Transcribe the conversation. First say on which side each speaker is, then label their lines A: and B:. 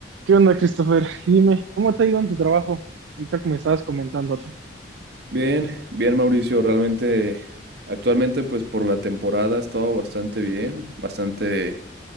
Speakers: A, on the right (about 75°); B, on the right (about 55°).
A: ¿Qué onda, Christopher? Y Dime, ¿cómo te ha ido en tu trabajo? Ahorita que me estabas comentándote.
B: Bien, bien Mauricio, realmente actualmente pues por la temporada ha estado bastante bien, bastante